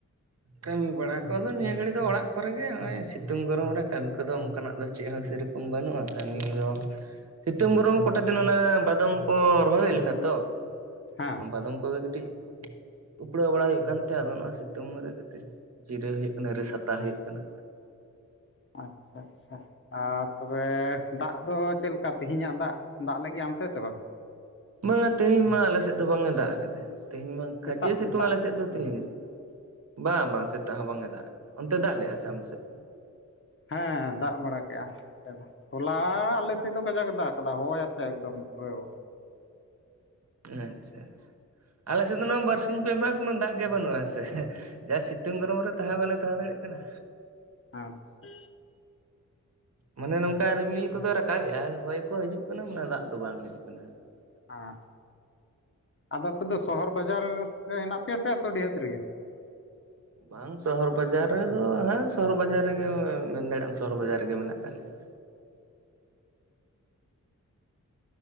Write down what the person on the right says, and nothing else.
ᱠᱟᱹᱢᱤ ᱵᱟᱲᱟ ᱠᱚᱫᱚ ᱱᱤᱭᱟᱹ ᱜᱷᱟᱹᱲᱤᱡ ᱫᱚ ᱚᱲᱟᱜ ᱠᱚᱨᱮ ᱜᱮ ᱱᱚᱜᱼᱚᱭ ᱥᱤᱛᱩᱝ ᱜᱚᱨᱚᱢ ᱨᱮ ᱠᱟᱹᱢᱤ ᱠᱚᱫᱚ ᱚᱱᱠᱟ ᱱᱟᱜ ᱫᱚ ᱪᱮᱫ ᱦᱚᱸ ᱥᱮᱨᱚᱠᱚᱢ ᱵᱟᱹᱱᱩᱜᱼᱟ ᱠᱟᱹᱢᱤ ᱫᱚ ᱥᱤᱛᱩᱝ ᱜᱚᱨᱚᱢ ᱠᱚᱴᱟ ᱫᱤᱱ ᱚᱱᱮ ᱵᱟᱫᱟᱢ ᱠᱚ ᱨᱚᱦᱚᱭ ᱦᱩᱭ ᱞᱮᱱᱟ ᱛᱚ
ᱚᱱᱟ ᱵᱟᱫᱟᱢ ᱠᱚᱜᱮ ᱠᱟᱹᱴᱤᱡ ᱩᱯᱲᱟᱹᱣ ᱵᱟᱲᱟ ᱦᱩᱭᱩᱜ ᱠᱟᱱ ᱛᱮ ᱟᱫᱚ ᱥᱤᱛᱩᱝ ᱨᱮ ᱠᱟᱹᱴᱤᱡ ᱡᱤᱨᱟᱹᱣ ᱦᱩᱭᱩᱜ ᱠᱟᱱᱟ ᱨᱤᱥ ᱦᱟᱛᱟᱣ ᱦᱩᱭᱩᱜ ᱠᱟᱱᱟ
ᱵᱟᱝᱼᱟ ᱛᱮᱦᱮᱧ ᱢᱟ ᱟᱞᱮ ᱥᱮᱫ ᱫᱚ ᱵᱟᱝ ᱮ ᱫᱟᱜ ᱠᱟᱫᱟᱭ ᱛᱮᱦᱮᱧ ᱢᱟ
ᱠᱷᱟᱪᱮ ᱥᱤᱛᱩᱝ
ᱟᱞᱮ ᱥᱮᱫ ᱫᱚ ᱛᱮᱦᱤᱧ ᱵᱟᱝ ᱵᱟᱝ ᱥᱮᱛᱟᱜ ᱦᱚᱸ ᱵᱟᱝ ᱮ ᱫᱟᱜ ᱟᱠᱟᱫᱟ ᱚᱱᱛᱮ ᱫᱟᱜ ᱞᱮᱫᱼᱟ ᱥᱮ ᱟᱯᱮ ᱥᱮᱫ
ᱟᱪᱪᱷᱟ ᱟᱪᱪᱷᱟ ᱟᱞᱮ ᱥᱮᱫ ᱫᱚ ᱱᱚᱣᱟ ᱵᱟᱨᱥᱤᱧ ᱯᱮ ᱢᱟᱦᱟ ᱠᱳᱱᱳ ᱫᱟᱜ ᱜᱮ ᱵᱟᱹᱱᱩᱜ ᱟ ᱥᱮ ᱡᱟ ᱥᱤᱛᱩᱝ ᱜᱚᱨᱚᱢ ᱨᱮ ᱛᱟᱦᱮᱸ ᱵᱟᱞᱮ ᱛᱟᱦᱮᱸ ᱫᱟᱲᱮᱭᱟᱜ ᱠᱟᱱᱟ
ᱢᱟᱱᱮ ᱱᱚᱝᱠᱟ ᱨᱤᱢᱤᱞ ᱠᱚᱫᱚ ᱨᱟᱠᱟᱵ ᱮᱜᱼᱟ ᱦᱚᱭ ᱠᱚ ᱦᱤᱡᱩᱜ ᱠᱟᱱᱟ ᱢᱟᱱᱮ ᱫᱟᱜ ᱫᱚ ᱵᱟᱝ ᱦᱤᱡᱩᱜ ᱠᱟᱱᱟ ᱦᱮᱸᱥᱮ
ᱵᱟᱝ ᱥᱚᱦᱚᱨ ᱵᱟᱡᱟᱨ ᱨᱮ ᱫᱚ ᱦᱮᱸ ᱥᱚᱦᱚᱨ ᱵᱟᱡᱟᱨ ᱨᱮ ᱜᱮ ᱢᱮᱱ ᱫᱟᱲᱮᱭᱟᱜᱼᱟᱢ ᱥᱚᱦᱚᱨ ᱵᱟᱡᱟᱨ ᱨᱮᱜᱮ ᱢᱮᱱᱟᱜ ᱟᱠᱟᱫ ᱞᱮᱭᱟ